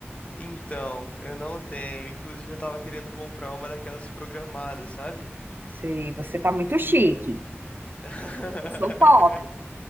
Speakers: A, on the left; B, on the right.
A: Então, eu não tenho. Inclusive, eu tava querendo comprar uma daquelas programadas, sabe?
B: Sei, você tá muito chique.
A: <laughs>
B: Eu sou pobre.